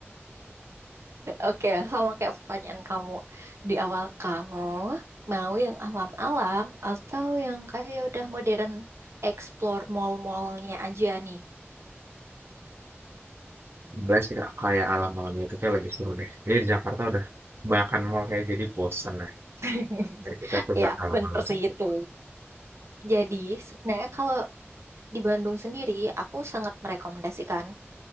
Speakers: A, on the right; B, on the right.
A: Oke, sama kayak pertanyaan kamu di awal kamu mau yang alam-alam atau yang kayak udah modern explore mall-mallnya aja nih?
B: Boleh sih Kak, kayak alam-alam itu kayak lebih seru deh. Jadi di Jakarta udah kebanyakan mall kayak jadi bosen lah.
A: <laughs>
B: Mari kita coba
A: Ya,
B: alam-alam
A: bener sih
B: saja.
A: itu. Jadi, sebenarnya kalau di Bandung sendiri, aku sangat merekomendasikan